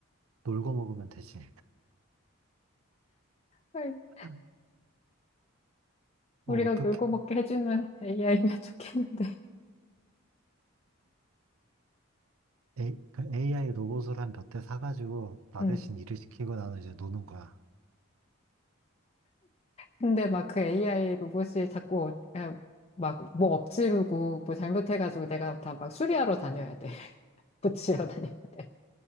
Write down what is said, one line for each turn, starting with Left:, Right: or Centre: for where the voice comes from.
Right: 놀고 먹으면 되지.
Left: 정말
Right: <laughs> 뭐
Left: 우리가
Right: 어떻게.
Left: 놀고 먹게 해주는 <laughs> AI면 좋겠는데.
Right: AI <laughs> 로봇을 한 몇 대 사가지고 나
Left: 음.
Right: 대신 일을 시키고 나는 이제 노는 거야.
Left: 근데 막 그 AI 로봇이 자꾸 어, 막뭐 엎지르고 뭐 잘못해가지고 내가 다 막 수리하러 다녀야 돼. <laughs> 고치러 다녀야 돼.